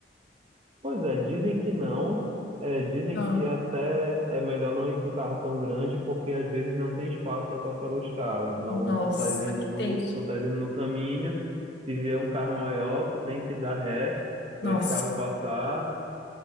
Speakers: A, on the right; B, on the left.
A: Pois é, dizem que não. É, dizem
B: Ah,
A: que até é melhor não ir com um carro tão grande, porque às vezes não tem espaço para passar dois carros. Então,
B: nossa,
A: tu estás indo
B: que
A: no,
B: tenso.
A: tu estás indo no caminho, se vier um carro maior, tu tem que dar ré para
B: Nossa,
A: esse carro passar.